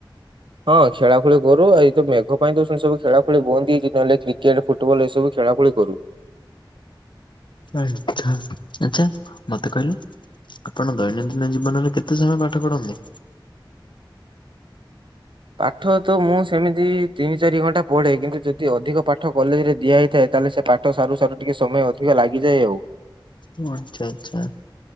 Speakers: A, on the right (about 70°); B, on the left (about 65°).
A: ହଁ ଖେଳାଖେଳି କରୁ ଏଇ ତ ମେଘ ପାଇଁ ତ ସେମତି ସବୁ ଖେଳାଖେଳି ବନ୍ଦ ହେଇଚି ନହେଲେ କ୍ରିକେଟ। ଫୁଟବଲ ଏସବୁ ଖେଳା ଖଳି କରୁ।
B: ଆଛା ଆଛା ମତେ କହିଲେ। ଆପଣ ଦୈନନ୍ଦିନ ଜୀବନରେ କେତେ ସମୟ ପାଠ ପଢନ୍ତି?
A: ପାଠ ତ ମୁଁ ସେମିତି ତିନି ଚାରି ଘଣ୍ଟା ପଢେ କିନ୍ତୁ ଯଦି ଅଧିକ ପାଠ କଲେଜ ରେ ଦିଆହେଇଥାଏ ତାହଲେ ସେ ପା ଠ ସାରୁ ସାରୁ ଟିକେ ସମୟ ଅଧିକ ଲାଗିଯାଏ ଆଉ।
B: ଓ ଆଚ୍ଛା ଆଛା